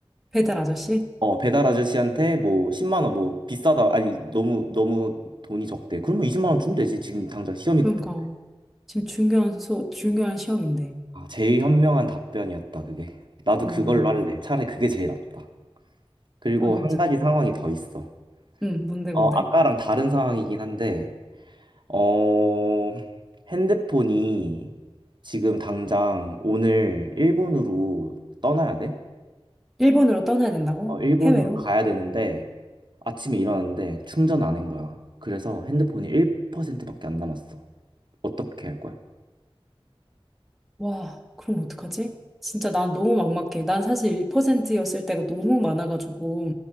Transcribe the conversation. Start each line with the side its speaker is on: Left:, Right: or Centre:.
Centre: 배달 아저씨?
Right: 어, 배달 아저씨한테 뭐 10만 원 뭐 비싸다. 아니, 너무 너무 돈이 적대. 그러면 20만 원 주면 되지. 지금 당장 시험이
Centre: 그러니까.
Right: 급한데.
Centre: 지금 중요한 수, 중요한 시험인데.
Right: 아, 제일 현명한 답변이었다, 그게. 나도
Centre: 어,
Right: 그걸로 할래. 차라리 그게 제일 낫다. 그리고
Centre: 맞아, 맞아.
Right: 한 가지 상황이 더 있어.
Centre: 응, 뭔데,
Right: 어,
Centre: 뭔데?
Right: 아까랑 다른 상황이긴 한데 어, 핸드폰이 지금 당장 오늘 일본으로 떠나야 돼?
Centre: 일본으로 떠나야 된다고?
Right: 어, 일본으로
Centre: 해외로?
Right: 가야 되는데 아침에 일어났는데 충전 안 한 거야. 그래서 핸드폰이 1%밖에 안 남았어. 어떻게 할 거야?
Centre: 와, 그럼 어떡하지? 진짜 난 너무 막막해. 난 사실 1%였을 때가 너무 많아가지고.